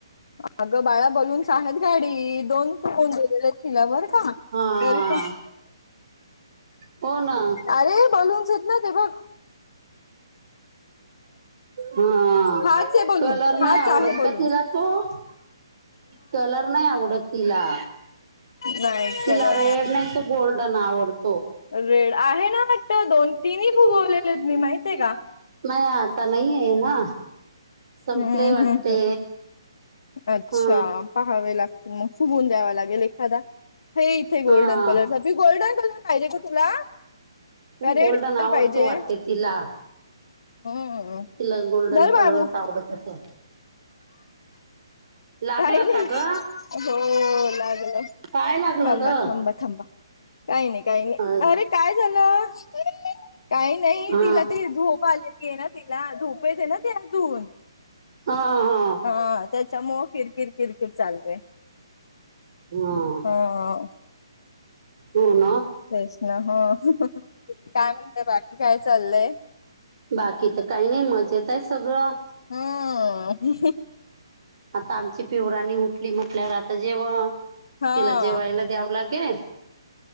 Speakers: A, on the left; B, on the right.
A: अगं बाळा बलून्स. ताहेत गाडी दोन फुगवून दिलेलेतं तिला बरं का
B: हा
A: तरी पण.
B: हो ना
A: अरे बलून्स हेत ना ते बघ.
B: ह
A: हाच आहे बलून
B: कलर नाही
A: हाच
B: आवडतं
A: आहे बलून.
B: का तुला तो. <inaudible> कलर नाही आवडतं तिला.
A: नाही
B: तिला
A: कलर
B: रेड नाही त गोल्डन आवडतो.
A: रेड
B: आहे
A: ना वाटतं
B: का ती <unintelligible>
A: दोन तिन्ही
B: किती फुगवलेले
A: आहेत
B: त मी
A: माहितीये
B: माहिती का. माह्य आता नाहीये ना संपलय
A: हम्म
B: वाटते.
A: हम्म अच्छा
B: हा
A: पहावे लागतील मग फुगून द्यावा लागेल एखादा. हे इथे गोल्डन
B: हा
A: कलरचा पी गोल्डन कलर पाहिजे का तुला. का रेड
B: गोल्डन
A: कलर
B: आवडतो
A: पाहिजे?
B: वाटतं तिला.
A: हम्म
B: तिला गोल्डन
A: धर बाळू
B: कलरच आवडतं असलं. लागलं
A: काही नही
B: का ग
A: गो लागलं.
B: काय लागलं
A: थांबा
B: ग
A: थांबा थांबा काही नाही काही नाही
B: अ
A: अरे काय झालं. काही नाही
B: हा
A: तिला ते झोप आलेली आहे ना तिला झोपेत ना ती आदून.
B: हा हां.
A: हा त्याच्यामुळे किरकिर किरकिर चालय.
B: हा.
A: हो.
B: हो ना.
A: तेच ना ह काय म्हणतय बाकी काय चाललंय?
B: बाकी त काही नाही मजेत आहे सगळं.
A: हम्म
B: आता आमची पिऊराणी उठली म्हटल्यावर आता जेव
A: हा
B: तिला जेवायला द्यावं लागेल.